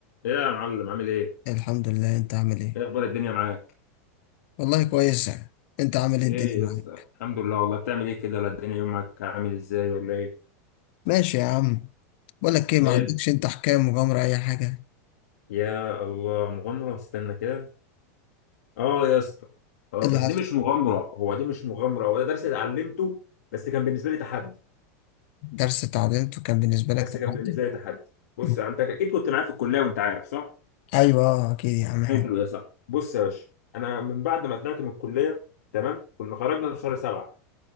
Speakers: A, on the left; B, on the left.
A: ايه يا معلم عامل ايه؟
B: الحمد لله انت عامل ايه
A: ايه اخبار الدنيا معاك؟
B: والله كويس يعني. انت عامل ايه
A: ايه
B: الدنيا معاك
A: يا اسطى؟ الحمد لله والله بتعمل ايه كده؟ ولا الدنيا يومك عامل ازاي ولا ايه؟
B: ماشي يا عم بقولك ايه
A: ايه
B: ما عندكش انت حكاية مغامرة اي حاجة
A: يا الله مغامرة استنى كده اه يا اسطى اه
B: إيه اللي
A: بس
B: حصل
A: دي مش مغامرة هو دي مش مغامرة هو ده درس اتعلمته بس كان بالنسبة لي تحدي
B: درس اتعدلته كان بالنسبة لك
A: بس
B: تحدي
A: كان بالنسبة لي تحدي بص
B: مم.
A: يعني انت اكيد كنت معايا في الكلية وانت عارف صح؟
B: ايوه اه اكيد يا عم
A: حلو
B: احنا
A: يا صاحبي بص يا باشا انا من بعد ما طلعت من الكلية تمام كنا خرجنا في شهر سبعة